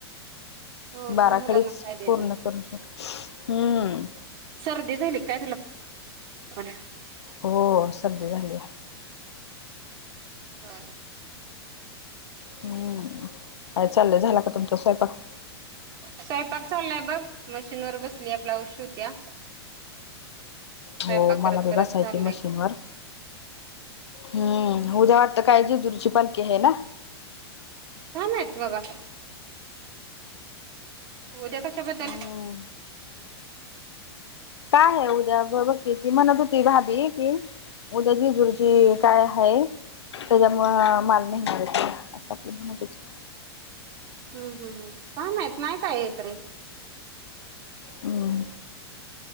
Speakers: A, on the right; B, on the left.
A: हो लहान
B: बाराखडीच
A: मुलांना काय देणार
B: पूर्ण करू शकत हम्म.
A: सर्दी झाली काय तुलाण
B: हो सर्दी झाल्या.
A: <inaudible>
B: हम्म! काय चाललंय, झाला का तुमचा स्वयंपाक?
A: स्वयंपाक चाललाय बघ. मशीन वर बसली या ब्लाऊज शिवत्या. स्वयंपाक
B: हो मला
A: करत
B: बी
A: करत
B: बसायची
A: चाललंय
B: मशीनवर. हम्म! उद्या वाटतं काय जेजुरीची पालखी आहे ना.
A: काय माहित बाबा. उद्या कशाबद्दल?
B: हम्म काय आहे उद्या <unintelligible> म्हणत होती भाभी आहे ती उद्या जेजुरीची काय आहे? त्याच्यामुंळ मला नेणार आहेत असं आपलं म्हणत होती.
A: हम्म! हम्, हम्, काय माहित नाही काय येत रे.
B: हमं!